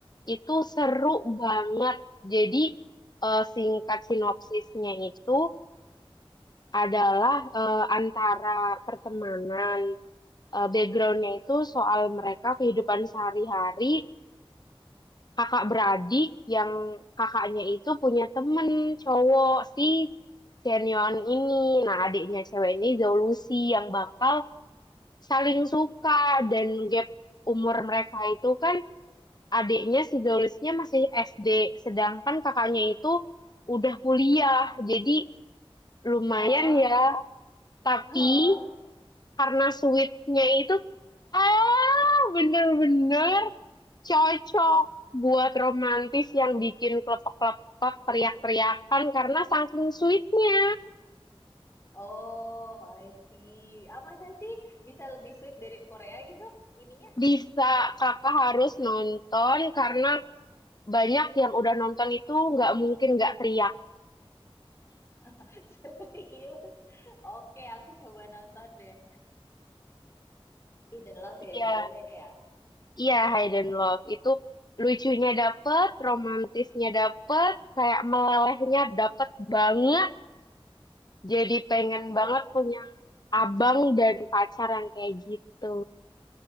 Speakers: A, on the left; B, on the left.
A: itu seru
B: ah, ah.
A: banget jadi eh, singkat sinopsisnya itu adalah eh, antara pertemanan eh, backgroundnya itu soal mereka kehidupan sehari-hari kakak beradik yang kakaknya itu punya temen cowok si Chenion ini. Nah, adiknya cewek ini Zhao Lucy yang bakal saling suka dan gap umur mereka itu kan adiknya si Zhao Lucy-nya masih SD, sedangkan kakaknya itu udah kuliah. Jadi lumayan
B: Hah?
A: ya. Tapi
B: Hah?
A: karena sweetnya itu ah bener-bener cocok buat romantis yang bikin klepek-klepek teriak-teriakan karena saking sweetnya
B: Oh, I see. Ah, masa sih bisa lebih sweet dari Korea gitu? Ininya
A: bisa kakak harus nonton karena banyak yang udah nonton itu nggak mungkin nggak teriak
B: <laughs> Serius? Oke, aku coba nonton deh. Hidden Love
A: iya
B: ya judulnya ya.
A: iya Hidden Love itu lucunya dapet romantisnya dapet kayak melelehnya dapet banget Jadi pengen
B: Tapi dia
A: banget punya abang dan pacar yang kayak gitu.